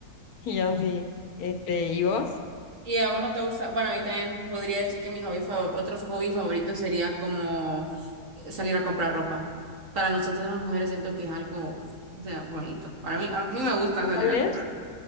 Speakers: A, on the left (about 70°); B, on the right (about 55°).
A: Y así, este, ¿y vos?
B: Y a vos no te gusta, bueno, a mí también podría decir que mi hobby fa- otro hobby favorito sería como eh, salir a comprar ropa. Para nosotras las mujeres siento que es algo, o sea, bonito. Para mí, a mí me gusta salir
A: ¿Cuál
B: a
A: es?
B: comprar,